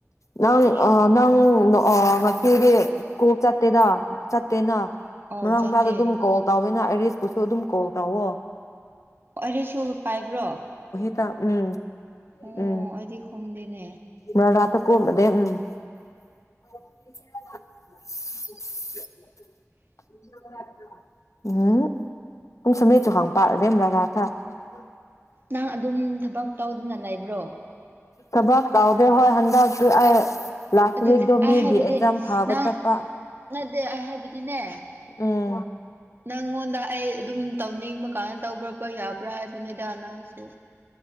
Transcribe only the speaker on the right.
ꯁꯤ
ꯑꯧ
ꯆꯠꯇꯦ
ꯑꯥꯏꯥꯔꯤꯁꯨ ꯄꯥꯏꯕ꯭ꯔꯣ꯫
ꯑꯣ
ꯑꯩꯗꯤ ꯈꯣꯡꯗꯦꯅꯦ꯫
ꯅꯪ ꯑꯗꯨꯝ ꯊꯕꯛ ꯇꯧꯗꯨꯅ ꯂꯩ ꯕ꯭ꯔꯣ
ꯑꯗꯨꯗꯤ
ꯑꯩ
ꯍꯥꯏꯕꯗꯤ
ꯅꯪ
ꯅꯗꯦ ꯑꯩ ꯍꯥꯏꯕꯗꯤꯅꯦ
ꯅꯪꯉꯣꯟꯗ ꯑꯩ ꯑꯗꯨꯝ ꯇꯧꯅꯤꯡꯕ ꯀꯥꯟꯅ ꯇꯧꯕ꯭ꯔꯕ꯭ꯔ ꯌꯥꯕ꯭ꯔꯥ ꯍꯥꯏꯕꯅꯤꯗ ꯅꯪꯁꯨ